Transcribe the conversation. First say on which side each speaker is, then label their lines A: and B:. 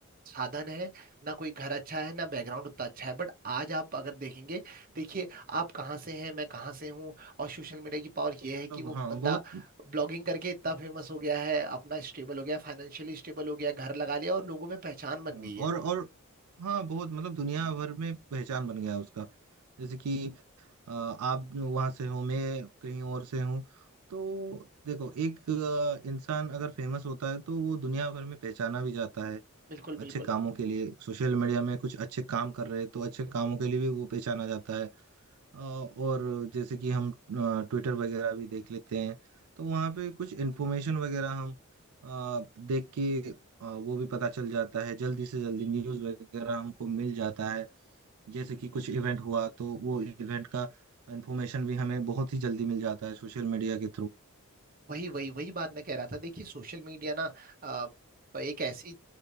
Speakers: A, on the right (about 40°); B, on the right (about 85°).
A: साधन है ना कोई घर अच्छा है ना बैकग्राउंड उतना अच्छा है बट आज आप अगर देखेंगे देखिए आप कहाँ से हैं मैं कहाँ से हूँ और सोशल मीडिया की पावर ये है
B: मतलब
A: कि वो
B: हाँ
A: बंदा
B: बहुत
A: ब्लॉगिंग करके इतना फेमस हो गया है अपना स्टेबल हो गया फाइनेंशियली स्टेबल हो गया घर लगा लिया और लोगों में पहचान बन
B: हाँ,
A: गई है
B: और और हाँ बहुत मतलब दुनिया भर में पहचान बन गया है उसका जैसे कि अ, आप वहां से हो मैं कहीं और से हूँ तो देखो एक अ, इंसान अगर फेमस होता है तो वो दुनिया भर में पहचाना भी जाता है
A: बिल्कुल
B: अच्छे
A: बिल्कुल
B: कामों के लिए सोशल मीडिया में कुछ अच्छे काम कर रहे हैं तो अच्छे कामों के लिए भी वो पहचाना जाता है अ, और जैसे कि हम ट्विटर वगैरह भी देख लेते हैं तो वहाँ पे कुछ इन्फॉर्मेशन वगैरह हम अ, देख के अ, वो भी पता चल जाता है जल्दी से जल्दी न्यूज़ वगैरह हमको मिल जाता है जैसे कि कुछ इवेंट हुआ तो वो इवेंट का इन्फॉर्मेशन भी हमें बहुत ही जल्दी मिल जाता है सोशल मीडिया के
A: वही वही वही बात मैं कह रहा था देखिए सोशल मीडिया ना अ, एक ऐसी